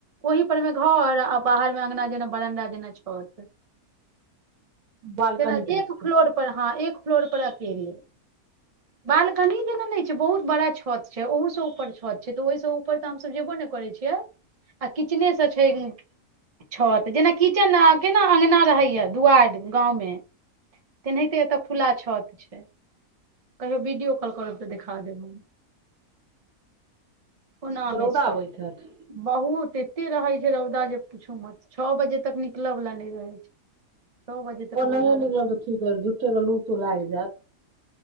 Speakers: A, on the right; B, on the right.
A: ओहि पर में घर बाहर अङ्गना जेना बरनडा जेना छत
B: बालकनी
A: केना
B: टाइप
A: एक फ्लोर पर हँ एक फ्लोर पर अकेले बालकनी जेना छै बहुत बड़ा छ छत छै ओहो सब ऊपर छत छै तऽ ओहिसँ ऊपर तऽ हमस जेबो ने करै छियै आ किचनेसँ छै छ तऽ जेना किचन केना अङ्गना रहैए दुआरि गाँवमे तेनाहिते एतऽ खुला छत कहियो वीडियो कॉल करब तऽ देखा देब कोनामे
B: के रौदा
A: छै
B: अबैत हैत
A: बहुत ए कते रहै छै रौदा जे पूछू मत छओ बजे तक निकलय वला नहि रहै छै छओ बजे तक
B: ओ
A: रौदा
B: नहिए
A: रहै
B: निकल
A: छै
B: तऽ ठीक रह झूठेके लू तू लागि जायत